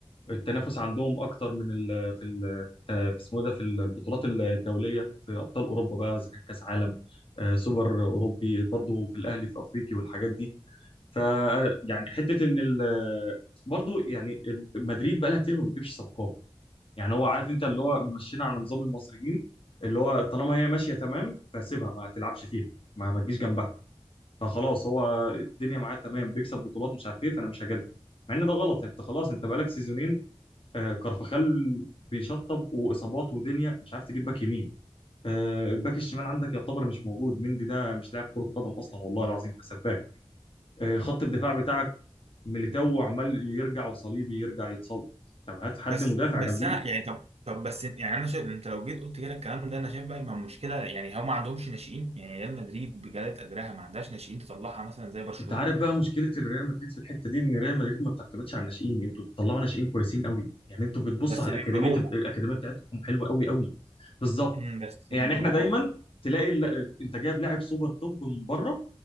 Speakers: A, on the left; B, on the right.
A: التنافس عندهم اكتر من ال في ال في اسمه إيه ده في البطولات الدوليه في ابطال اوروبا بقى اذا كان كاس عالم آه، سوبر اوروبي برضو في الاهلي في افريقي والحاجات دي ف يعني حته ان ال برضو يعني ال- مدريد بقى لها كتير ما بتجيبش صفقات يعني هو عارف انت اللي هو ممشينا على نظام المصريين اللي هو طالما هي ماشيه تمام فسيبها ما تلعبش فيها ما ما تجيش جنبها فخلاص هو الدنيا معاه تمام بيكسب بطولات مش عارف ايه فانا مش هجدد مع ان ده غلط يعني انت خلاص انت بقالك سيزونين آه كارفخال بيشطب واصابات ودنيا مش عارف تجيب باك يمين آه الباك الشمال عندك يعتبر مش موجود مندي ده مش لاعب كره قدم اصلا والله العظيم ده سباك آه خط الدفاع بتاعك ميليتاو عمال يرجع وصليبي يرجع يتصاب طب هات حد
B: بس
A: مدافع
B: بس
A: جنبيه
B: انا يعني طب طب بس يعني انا شايف انت لو جيت قلت كده الكلام ده انا شايف بقى مع مشكله يعني هم ما عندهمش ناشئين يعني ريال مدريد بجلاله قدرها ما عندهاش ناشئين تطلعها مثلا زي برشلونه
A: انت عارف بقى مشكله الريال مدريد في الحته دي ان ريال مدريد ما بتعتمدش على الناشئين انتوا بتطلعوا ناشئين كويسين قوي يعني انتوا بتبصوا
B: بس
A: على الاكاديميه
B: بيبيعوها
A: الاكاديميه بتاعتكم حلوه قوي قوي بالظبط
B: امم، بس
A: يعني
B: بيبيعوها
A: احنا دايما تلاقي ال- انت جايب لاعب سوبر توب من بره